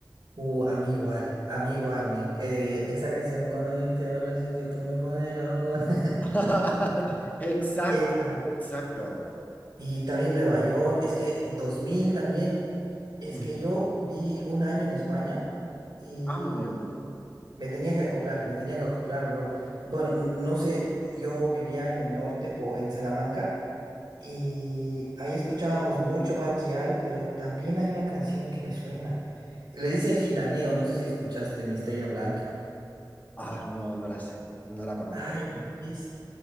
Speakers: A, on the right (about 70°); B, on the left (about 20°).
A: Uh, a mí igual, a mí igual. Me, enc- eh, esa canción, cuando yo te bailo, sé que tú me pones loco. <laughs>
B: <laughs> Exacto,
A: Esa.
B: exacto.
A: Y también Nueva York, es que eh, 2000 también, es
B: Ujú.
A: que yo viví un año en España y
B: Ah, muy bien.
A: me tenía que acoplar, me tenía que acoplar, bro. Bueno, n- no sé, yo vivía en el norte, po- en Salamanca, Y ahí escuchábamos mucho Bad Gyal, pero también hay una canción que me suena. Le dicen Gitaneo, no sé si escuchaste Mi Estrella Blanca.
B: Ah, no, no la sé, no la conozco.
A: Ay, es,